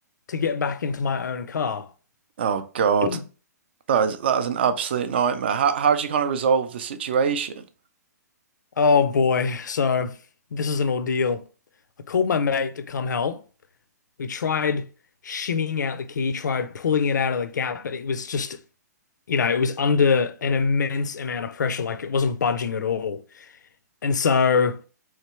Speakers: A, on the left (about 85°); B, on the right (about 35°).
A: to get back into my own car.
B: Oh God.
A: <clears throat>
B: That is that is an absolute nightmare. How how did you kind of resolve the situation?
A: Oh boy, so this is an ordeal. I called my mate to come help. We tried shimmying out the key, tried pulling it out of the gap, but it was just, you know, it was under an immense amount of pressure. Like it wasn't budging at all. And so